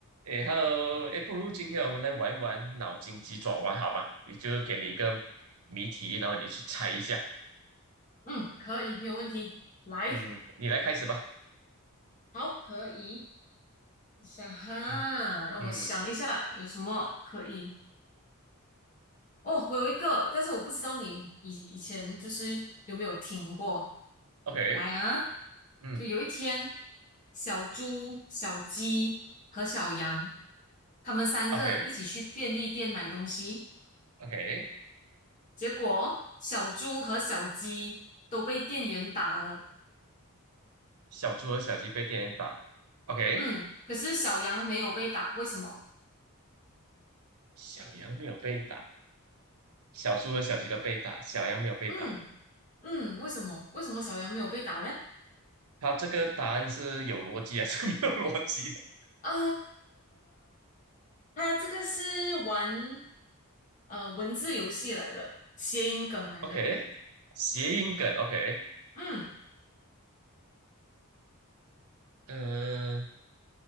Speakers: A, on the right; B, on the left.
A: 诶，Hello，诶，不如今天我们来玩一玩脑筋急转弯，好吧？你就给你一个谜题，然后你去猜一下。
B: 嗯，可以，没有问题。来，
A: 嗯，你来开始吧。
B: 好，可以。想哈，
A: 嗯
B: 让我想一下有什么可以。
A: 嗯
B: 哦，我有一个，但是我不知道你以以前就是有没有听过。
A: ，OK，
B: 来啊，
A: 嗯
B: 就有一天，小猪、小鸡和小羊，他们三个一起去便利店买东西，
A: ，OK，OK。OK
B: 结果小猪和小鸡都被店员打了。
A: 小猪和小鸡被电打，OK。
B: 嗯，可是小羊没有被打，为什么？
A: 小羊没有被打，小猪和小鸡都被打，小羊没有被打。
B: 嗯。嗯，为什么？为什么小杨没有被打嘞？
A: 它这个答案是有逻辑还是 <laughs> 没有逻辑
B: 啊，他这个是玩呃文字游戏来的，谐音梗来的。
A: ？OK，谐音梗，OK，
B: 嗯
A: 嗯、呃